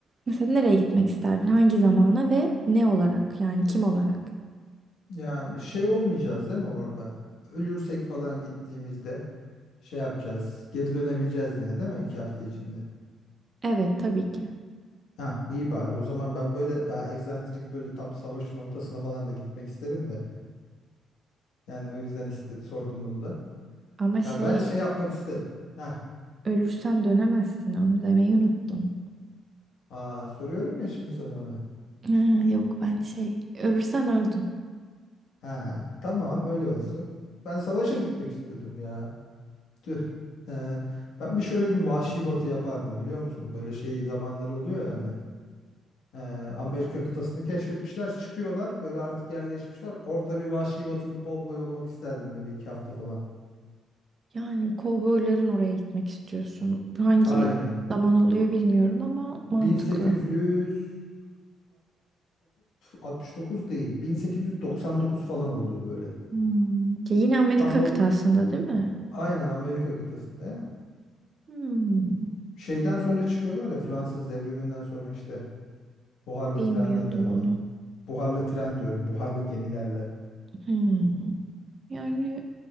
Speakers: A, on the right; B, on the left.
A: Mesela nereye gitmek isterdin? Hangi zamana ve ne olarak? Yani kim olarak?
B: Yani şey olmayacağız değil mi orada? Ölürsek falan gittiğimizde şey yapacağız. Geri dönebileceğiz yine değil mi? iki hafta içinde.
A: Evet tabii ki.
B: Ha iyi bari. O zaman ben böyle daha egzantrik böyle tam savaşın ortasına falan da gitmek isterim de. Yani o yüzden iste- sordum bunu da.
A: Ama şey
B: Ya ben şey yapmak iste. Ha
A: ölürsen dönemezsin onu demeyi unuttum.
B: aa, soruyorum ya şimdi sana onu.
A: Ha, yok ben şey ölürsen öldün.
B: Ha tamam öyle olsun. Ben savaşa gitmek istedim ya. Tüh. Ee, ben bir şöyle bir vahşi batı yapardım biliyor musun? Böyle şey zamanları oluyor yani. Ee, Amerika kıtasını keşfetmişler, çıkıyorlar. Böyle artık yerleşmişler. Orada bir vahşi batılı kovboy olmak isterdim böyle iki hafta falan.
A: Yani kovboyların oraya gitmek istiyorsun. Hangi
B: Aynen.
A: zaman oluyor bilmiyorum ama mantıklı.
B: 1869 69 değil. 1899 falan oluyor böyle.
A: Hmm. Ki yine Amerika
B: Tam
A: kıtasında
B: o
A: değil mi?
B: aynen Amerika kıtasında ya.
A: Hmm.
B: Şeyden sonra çıkıyorlar ya Fransız devriminden sonra işte buharlı
A: Bilmiyordum
B: trenlerle falan.
A: onu.
B: Buharlı tren diyorum, buharlı gemilerle.
A: Hmm. Yani